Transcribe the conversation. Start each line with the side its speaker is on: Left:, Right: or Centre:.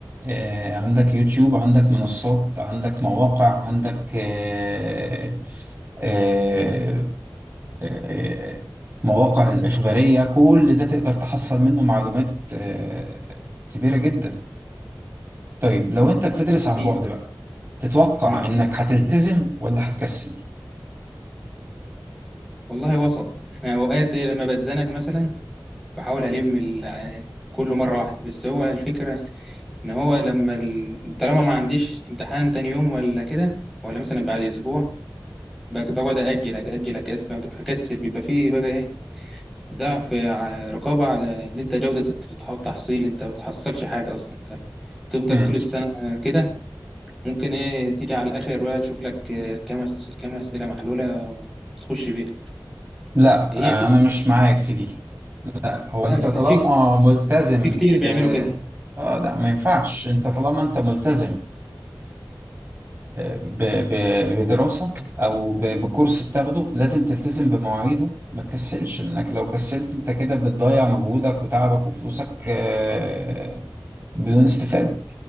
Right: آه، عندك يوتيوب عندك منصات عندك مواقع عندك آه، آه، آه، مواقع الإخبارية كل ده تقدر تحصل منه معلومات آه، كبيرة جدا طيب لو أنت بتدرس عن
Centre: إيه؟
Right: بعد بقى تتوقع
Centre: آه
Right: إنك هتلتزم ولا هتكسل؟
Centre: والله وسط أنا أوقات لما بتزنق مثلا بحاول ألم ال- كله مرة واحدة بس هو الفكرة إن هو لما ال- طالما ما عنديش امتحان تاني يوم ولا كده ولا مثلا بعد أسبوع بق- بقعد أجل أجل أكسل بيبقى فيه بقى إيه ضعف ع- رقابة على إن أنت جودة التح- التحصيل أنت ما بتحصلش حاجة أصلا أنت تفضل
Right: مم.
Centre: طول السنة كده ممكن إيه تيجي على الآخر بقى تشوف لك آه، كام أس- كام أسئلة محلولة وتخش بيها
Right: لا
Centre: هي دي
Right: آه، أنا مش معاك في دي هو
Centre: لا
Right: أنت
Centre: في
Right: طالما
Centre: لا، في
Right: ملتزم
Centre: في كتير
Right: ب
Centre: بيعملوا كده
Right: آه لا ما ينفعش أنت طالما أنت ملتزم ب- ب- بدراسة أو ب- بكورس بتاخده لازم تلتزم بمواعيده ما تكسلش إنك لو كسلت أنت كده بتضيع مجهودك وتعبك وفلوسك آه، بدون استفادة